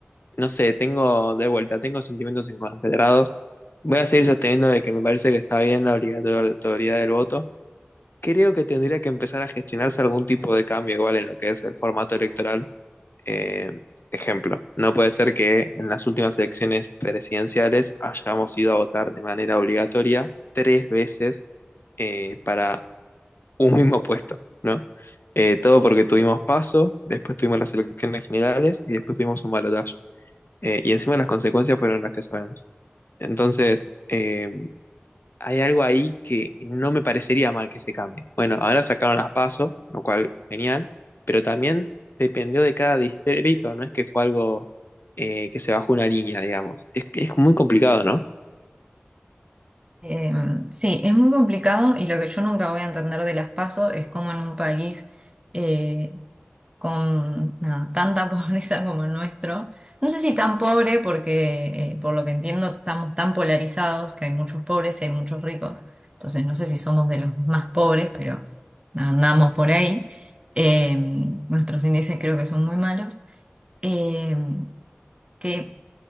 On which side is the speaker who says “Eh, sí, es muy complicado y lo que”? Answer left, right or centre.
Right